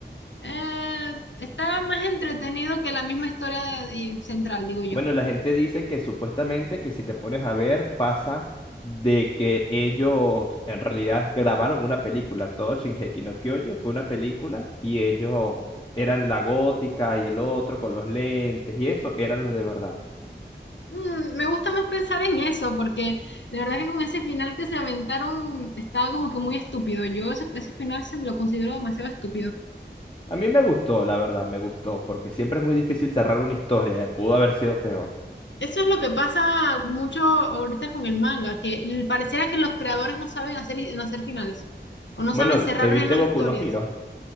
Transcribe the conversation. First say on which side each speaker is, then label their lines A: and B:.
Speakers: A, on the left; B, on the left.
A: eh, está más entretenido que la misma historia de- y central, digo yo.
B: Bueno, la gente dice que supuestamente que si te pones a ver pasa de que ellos en realidad grabaron una película. Todo Shingeki no Kyojin fue una película y ellos eran la gótica y el otro con los lentes y eso eran los de verdad.
A: Mm, me gusta más pensar en eso, porque de verdad que con ese final que se aventaron estaba como que muy estúpido. Yo ese, ese final se lo considero demasiado estúpido.
B: A mí me gustó, la verdad, me gustó, porque siempre es muy difícil cerrar una historia, eh, Pudo haber sido peor.
A: Eso es lo que pasa mucho ahorita con el manga, que l- pareciera que los creadores no saben hacer, no hacer finales, o no
B: Bueno,
A: saben cerrar
B: te viste
A: bien las
B: Boku
A: historias.
B: no Hero